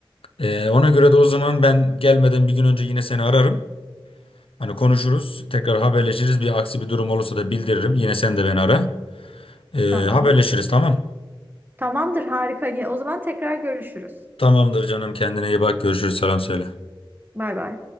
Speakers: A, on the left; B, on the right.
A: E, ona göre de o zaman ben gelmeden bir gün önce yine seni ararım. Hani konuşuruz, tekrar haberleşiriz. Bir aksi bir durum olursa da bildiririm. Yine sen de beni ara. Ee,
B: Tamam.
A: haberleşiriz tamam.
B: Tamamdır, harika. Yine O zaman tekrar görüşürüz.
A: Tamamdır canım kendine iyi bak. Görüşürüz selam söyle.
B: Bay bay.